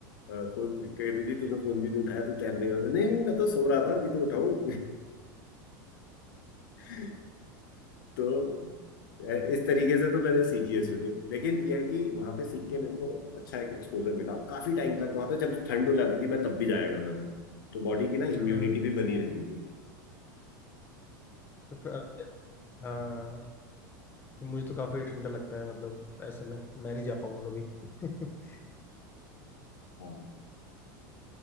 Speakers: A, on the left (about 85°); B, on the left (about 20°).
A: अ, फोन कह रही थी तूने फोन भी नहीं उठाया तू तैरने गया मैंने, नहीं नहीं मैं तो सो रहा था अभी तो उठाऊं <laughs> तो इस तरीके से तो मैंने सीखी है स्विमिंग लेकिन यह है कि वहां पे सीख के मेरे को अच्छा एक एक्सपोजर मिला काफी टाइम तक वहां पे जब ठंड हो जाती थी मैं तब भी जाया करता था तो बॉडी की ना
B: हम्म
A: इम्यूनिटी भी बनी रहती थी
B: तो फिर- फिर- हाँ तो मुझे तो काफी ठंडा लगता है मतलब ऐसे में मैं नहीं जा पाऊंगा कभी <laughs>
A: हाँ